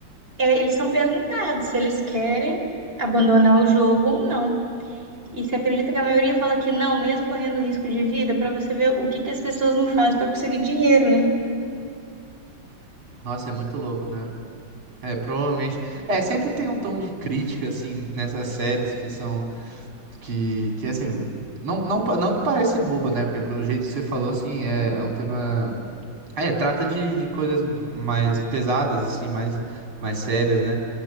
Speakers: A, on the right (about 25°); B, on the right (about 75°).
A: eles são perguntados se eles querem abandonar o jogo ou não. E você acredita que a maioria fala que não, mesmo correndo risco de vida, para você ver o que que as pessoas não fazem para conseguir dinheiro, né?
B: Nossa, é muito louco, né? É, provavelmente. É, sempre tem um tom de crítica, assim, nessas séries que são. Que, que assim. Não, não, pa- não que parece boba, né? Porque pelo jeito que você falou, assim, é é um tema. Ah, É, trata de, de coisas mais pesadas, assim, mais, mais sérias, né?